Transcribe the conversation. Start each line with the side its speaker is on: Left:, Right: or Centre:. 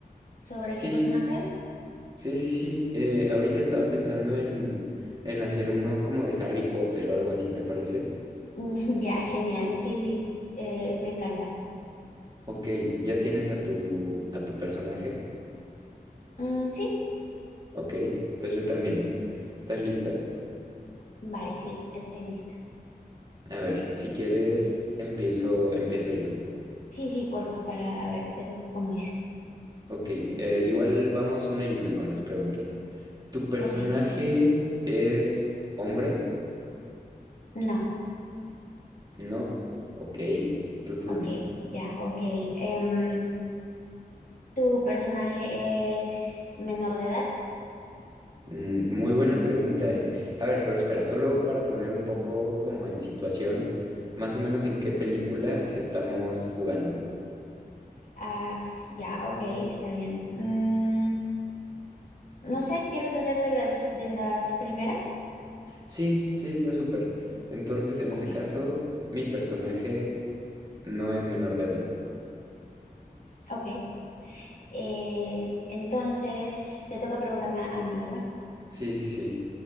Left: sobre
Right: Sí,
Left: qué personaje es.
Right: sí, sí, sí. eh, ahorita estaba pensando en, en hacer uno como de Harry Potter o algo así, ¿te parece?
Left: Mm, <laughs> Ya, genial. Sí, sí, eh, me encanta.
Right: Ok, ¿ya tienes a tu, a tu personaje?
Left: Mm, sí,
Right: Ok, pues yo también. ¿Estás lista?
Left: vale, sí, estoy lista.
Right: A ver, si quieres, empiezo, empiezo yo.
Left: Sí, sí, porfa, para a ver qué, cómo es.
Right: Ok, eh, igual vamos una y una con las preguntas. ¿Tu personaje
Left: Ok,
Right: es hombre?
Left: no,
Right: No. Ok, tu turno.
Left: ok, ya, ok. em, ¿Tu personaje es menor de edad?
Right: Mm, muy buena pregunta, eh. A ver, pero espera, solo para poner un poco como en situación, más o menos en qué película estamos jugando.
Left: Ah, s- ya, ok, está bien. Mm, no sé, ¿quieres hacer de las de las primeras?
Right: Sí, sí, está súper. Entonces, en
Left: Ok,
Right: ese caso, mi personaje no es menor de edad.
Left: ok. Eh, entonces te toca preguntarme a, a mí, ¿verdad?
Right: Sí, sí, sí.